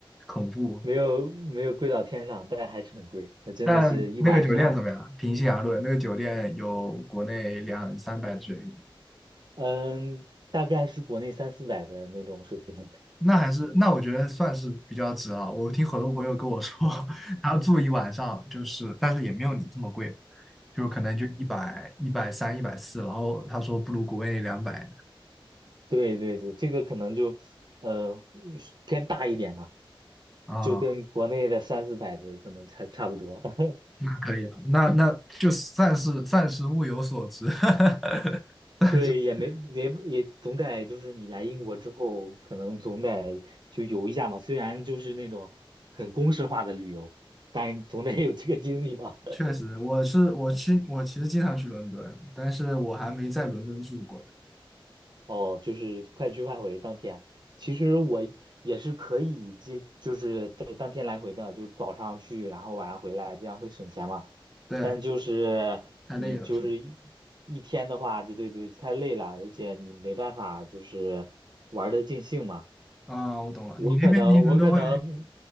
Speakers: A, in the centre; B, on the right.
A: 恐怖。
B: 没有没有贵到天上，但还是很贵。那真的是一晚上，
A: 但那个酒店怎么样？平心而论，那个酒店有国内两三百的水平。
B: 嗯，大概是国内三四百的那种水平。
A: 那还是那我觉得算是比较值了。我听很多朋友跟我说，
B: <laughs>
A: <laughs> 他住一晚上就是，但是也没有你这么贵嘛，就可能就一百、一百三、一百四，然后他说不如国内两百
B: 对对对，这个可能就呃偏大一点嘛，
A: 啊，
B: 就跟国内的三四百的可能差差不多。<laughs>
A: 那可以了，那那就算是算是物有所值。<laughs> 但是
B: 对，也没没也总得就是你来英国之后，可能总得就游一下嘛。虽然就是那种很公式化的旅游，但总得有这个经历吧。
A: 确实，我是我其我其实经常去伦敦，但是我还没在伦敦住过。
B: 哦，就是快去快回当天。其实我也是可以接，就是当当天来回的，就是早上去，然后晚上回来，这样会省钱嘛。
A: 对，
B: 但就是你就是一一天的话，
A: 太累了是吗？
B: 就对对，太累了，而且你没办法就是玩的尽兴嘛。
A: 啊，我懂了，
B: 我可能我可能
A: 你那边离伦敦会